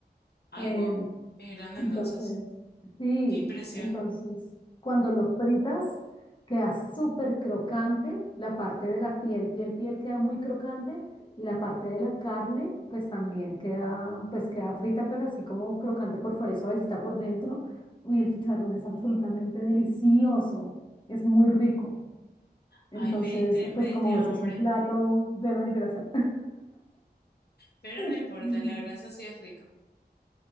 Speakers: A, on the left; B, on the left.
A: Ay,
B: em,
A: wow. Es grande
B: entonces,
A: entonces.
B: sí,
A: Qué impresión.
B: entonces cuando lo fritas queda súper crocante, la parte de la piel, piel, piel queda muy crocante y la parte de la carne pues también queda, pues queda frita, pero así como crocante por fuera y suavecita por dentro. Uy, el chicharrón es absolutamente delicioso, es muy rico. Entonces,
A: Ay, me diste, me
B: pues como
A: diste hambre.
B: ves, es un plato lleno de grasa.
A: Pero no importa,
B: <laughs>
A: la grasa sí es rica.